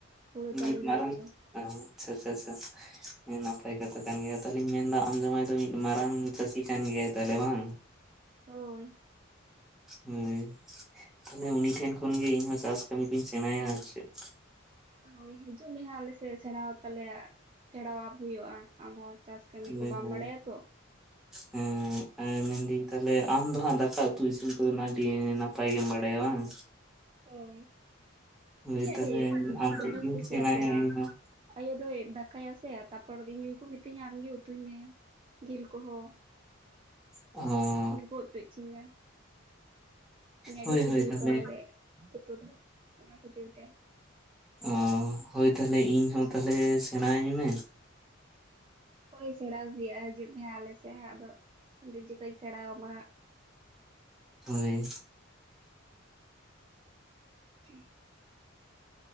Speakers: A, on the right (about 25°); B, in the centre.
A: ᱦᱩᱲᱩ ᱪᱟᱣᱞᱮ
B: ᱢᱤᱫ ᱢᱟᱨᱟᱝ
A: ᱨᱮᱱᱟᱜ ᱫᱚ
B: ᱚ ᱟᱪᱪᱷᱟ ᱟᱪᱪᱷᱟ ᱟᱪᱪᱷᱟ ᱱᱟᱯᱟᱭ ᱠᱟᱛᱷᱟ ᱠᱟᱱ ᱜᱮᱭᱟ, ᱛᱟᱦᱚᱞᱮᱧ ᱢᱮᱱᱫᱟ ᱟᱢ ᱡᱟᱶᱟᱭ ᱫᱚ ᱢᱤᱫ ᱢᱟᱨᱟᱝ ᱪᱟᱹᱥᱤ ᱠᱟᱱ ᱜᱮᱭᱟᱭ ᱛᱟᱦᱚᱞᱮ ᱵᱟᱝ?
A: ᱦᱳᱭ
B: ᱦᱮᱸ ᱛᱟᱦᱞᱮ ᱩᱱᱤ ᱴᱷᱮᱱ ᱠᱷᱚᱱᱜᱮ ᱤᱧ ᱪᱟᱥ ᱠᱟᱹᱢᱤ ᱠᱩᱧ ᱥᱮᱬᱟᱭᱟ ᱟᱨ ᱪᱮᱫ
A: ᱳᱭ ᱦᱤᱡᱩᱜ ᱢᱮ ᱦᱟᱸᱜ ᱟᱞᱮᱥᱮᱫ ᱥᱮᱬᱟ ᱛᱟᱞᱮᱭᱟ ᱥᱮᱬᱟᱣᱟ ᱦᱩᱭᱩᱜᱼᱟ ᱟᱢ ᱦᱚᱸ᱾ ᱪᱟᱥ ᱠᱟᱹᱢᱤ
B: ᱦᱳᱭ
A: ᱠᱚ ᱵᱟᱢ
B: ᱦᱳᱭ
A: ᱵᱟᱲᱟᱭᱟ ᱛᱚ
B: ᱦᱳᱭ ᱟᱨ ᱢᱮᱱᱫᱟᱹᱧ ᱛᱟᱦᱚᱞᱮ ᱟᱢ ᱫᱚ ᱦᱟᱜ ᱫᱟᱠᱟ ᱩᱛᱩ ᱤᱥᱤᱱ ᱠᱚᱫᱚ ᱟᱹᱰᱤ ᱱᱟᱯᱟᱭ ᱜᱮᱢ ᱵᱟᱲᱟᱭᱟ ᱵᱟᱝ?
A: ᱦᱳᱭ
B: ᱦᱳᱭ
A: ᱤᱧᱟᱹᱜ
B: ᱛᱟᱦᱚᱞᱮ
A: ᱜᱮ
B: ᱟᱢ
A: ᱫᱚᱢᱮ
B: ᱴᱷᱮᱡ ᱜᱤᱧ
A: ᱠᱚ ᱠᱩᱥᱤᱭᱟᱛᱤᱧᱟᱹ
B: ᱥᱮᱬᱟᱭᱟ ᱤᱧᱦᱚᱸ
A: ᱟᱭᱳ ᱫᱚᱭ ᱫᱟᱠᱟᱭᱟ ᱥᱮ ᱛᱟᱯᱚᱨ ᱫᱚ ᱤᱧ ᱜᱮᱠᱚ ᱢᱤᱛᱟᱹᱧᱟ ᱟᱢᱜᱮ ᱩᱛᱩᱭ ᱢᱮ ᱡᱤᱞ ᱠᱚᱦᱚᱸ
B: ᱚ
A: ᱤᱱᱟᱹ ᱯᱚᱨ ᱠᱚᱛᱪᱤᱧᱟ ᱤᱧᱟᱹᱜ
B: ᱦᱳᱭ
A: ᱜᱮ ᱥᱤᱵᱤᱞ
B: ᱦᱳᱭ ᱛᱟᱦᱚᱞᱮ
A: ᱠᱚᱣᱟ ᱵᱚᱞᱮ ᱩᱛᱩ ᱫᱚ ᱚᱱᱟ ᱠᱷᱟᱹᱛᱤᱨ ᱛᱮ᱾
B: ᱚ ᱦᱳᱭ ᱛᱟᱦᱚᱞᱮ ᱤᱧ ᱦᱚᱸ ᱛᱟᱦᱚᱞᱮ ᱥᱮᱬᱟᱹᱧ ᱢᱮ?
A: ᱦᱳᱭ ᱥᱮᱬᱟ ᱦᱩᱭᱩᱜᱼᱟ ᱦᱤᱡᱩᱜ ᱢᱮ ᱦᱟᱸᱜ ᱟᱞᱮ ᱥᱮ ᱟᱫᱚ ᱩᱱ ᱡᱚᱠᱷᱚᱡ ᱤᱧ ᱥᱮᱬᱟ ᱟᱢᱟ ᱦᱟᱸᱜ᱾
B: ᱦᱳᱭ
A: ᱴᱷᱤᱠ <inaudible>